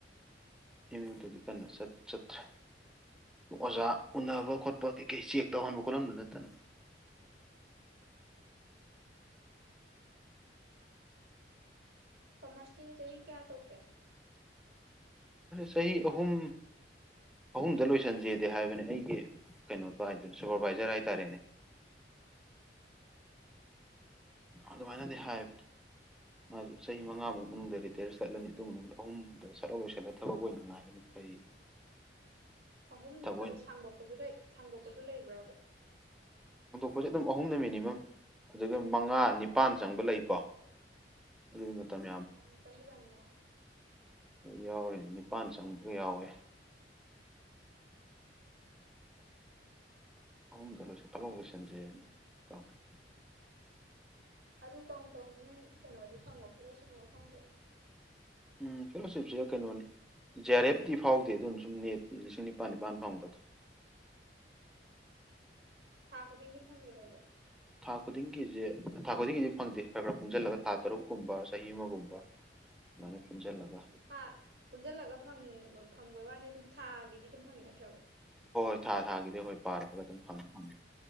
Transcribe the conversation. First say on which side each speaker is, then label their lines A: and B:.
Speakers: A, in the centre; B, on the right (about 60°).
A: ꯑꯦꯝ ꯌꯨꯗꯗꯤ ꯀꯟꯅ ꯆꯠꯇ꯭ꯔꯦ ꯑꯣꯖꯥ ꯎꯅꯕ ꯈꯣꯠꯄ ꯀꯩ ꯀꯩ ꯆꯦꯛ ꯇꯧꯍꯟꯕ ꯈꯣꯠꯍꯟꯕ ꯅꯠꯇꯅ
B: ꯀꯃꯔꯁꯀꯤꯅꯤ ꯆ ꯆꯍꯤ ꯀꯌꯥ ꯇꯀꯦ
A: ꯆꯍꯤ ꯑꯍꯨꯝ ꯑꯍꯨꯝꯗ ꯂꯣꯏꯁꯤꯟꯖꯦꯗꯦ ꯍꯥꯏꯕꯅꯤ ꯑꯩꯒꯤ ꯀꯩꯅꯣꯗꯣ ꯍꯥꯏꯗꯨꯅ ꯁꯨꯄꯔꯚꯥꯏꯖꯔ ꯍꯥꯏꯇꯥꯔꯦꯅꯦꯅ ꯑꯗꯨꯃꯥꯏꯅꯗꯤ ꯍꯥꯏꯕꯅꯦ ꯃꯥꯁꯨ ꯆꯍꯤ ꯃꯉꯥꯃꯨꯛ ꯃꯅꯨꯡꯗ ꯔꯤꯇꯌꯔ ꯆꯠꯂꯅꯤ ꯑꯗꯨ ꯃꯅꯨꯡꯗ ꯑꯍꯨꯝꯗ ꯁꯠꯂ ꯂꯣꯏꯁꯜꯂ ꯊꯕꯛ ꯑꯣꯏꯅ ꯉꯥꯏꯕꯅ ꯐꯩ
B: ꯑꯍꯨꯝ
A: ꯊꯕꯛ
B: ꯅꯠꯇꯕ
A: ꯑꯣꯏꯅ
B: ꯁꯥꯡꯗꯣꯛꯄꯁꯨ ꯂꯩ ꯁꯥꯡꯗꯣꯛꯄꯁꯨ ꯂꯩꯕ꯭ꯔꯕ
A: ꯄꯣꯠꯁꯦ ꯑꯗꯨꯝ ꯑꯍꯨꯝꯅ ꯃꯤꯅꯤꯃꯝ ꯑꯗꯨꯒ ꯃꯉꯥ ꯅꯤꯄꯥꯟ ꯆꯪꯕ ꯂꯩꯀꯣ ꯑꯗꯨꯗꯤ
B: ꯌꯥꯝꯁ
A: ꯃꯇꯝ
B: ꯌꯥꯝ ꯆ ꯃꯗꯥꯅꯤꯌꯥ
A: ꯌꯥꯎꯔꯤ ꯅꯤꯄꯜ ꯆꯪꯕꯒ ꯌꯥꯎꯋꯦ ꯑꯍꯨꯝꯗ ꯂꯣꯏꯁꯤꯠꯇꯂꯥꯎ ꯂꯣꯏꯁꯤꯟꯖꯩꯅ ꯇꯧꯏ
B: ꯑꯗꯨ ꯇꯧ ꯇꯧ ꯅꯣꯏ ꯀꯩꯅꯣꯗꯤ ꯐꯪꯉꯣ ꯐꯤꯔꯣ ꯁꯤꯒꯨꯝꯕꯣ ꯐꯪꯗꯣ
A: ꯎꯝ ꯐꯦꯂꯣꯁꯤꯞꯁꯤꯗ ꯀꯩꯅꯣꯅꯤ ꯖꯤ ꯑꯥꯔ ꯑꯦꯐꯇꯤ ꯐꯥꯎꯗꯦ ꯑꯗꯨꯅ ꯁꯨꯝ ꯅꯦꯠꯀꯤ ꯂꯤꯁꯤꯡ ꯅꯤꯄꯥꯜ ꯅꯤꯄꯥꯜ ꯐꯪꯕꯗ
B: ꯊꯥ ꯈꯨꯗꯤꯡꯒꯤ ꯐꯪꯈꯤꯗꯔꯕ
A: ꯊꯥ ꯈꯨꯗꯤꯡꯒꯤꯁꯦ ꯊꯥ ꯈꯨꯗꯤꯡꯒꯤꯗꯤ ꯐꯪꯗꯦ ꯈꯔ ꯈꯔ ꯄꯨꯟꯁꯤꯜꯂꯒ ꯊꯥ ꯇꯔꯨꯛꯀꯨꯝꯕ ꯆꯍꯤ ꯑꯃꯒꯨꯝꯕ ꯑꯗꯨꯃꯥꯏꯅ ꯄꯨꯟꯁꯤꯜꯂꯒ
B: ꯑꯣ ꯊꯥ ꯄꯨꯟꯁꯤꯜꯂꯒ ꯐꯪꯕꯩ ꯋꯥꯅꯤ ꯑꯗꯨꯝ ꯊꯥꯒꯤꯗꯤ ꯑꯗꯨꯝ ꯐꯪꯉꯤ ꯅꯠꯇ꯭ꯔꯕ
A: ꯍꯣꯏ ꯍꯣꯏ ꯊꯥꯒꯤꯗꯤ ꯍꯣꯏ ꯄꯥꯔꯛꯑꯒ ꯑꯗꯨꯝ ꯐꯪꯅꯤ ꯐꯪꯅꯤ